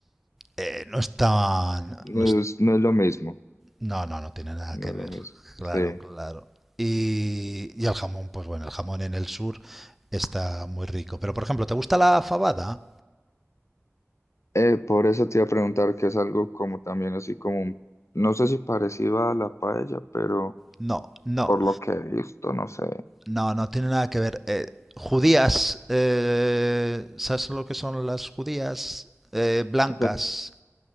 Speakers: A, in the centre; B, on the left.
A: eh, no están...
B: No
A: No,
B: es, no es lo mismo,
A: no, no, no tiene nada
B: no
A: que
B: es
A: ver.
B: lo mismo.
A: Claro,
B: Sí.
A: claro. Y, y el jamón, pues bueno, el jamón en el sur está muy rico. Pero, por ejemplo, ¿te gusta la fabada?
B: Eh, por eso te iba a preguntar que es algo como también así como, un- no sé si parecido a la paella, pero
A: No, no.
B: por lo que he visto, no sé.
A: No, no tiene nada que ver. Eh, judías, eh, ¿sabes lo que son las judías? Eh, blancas.
B: De,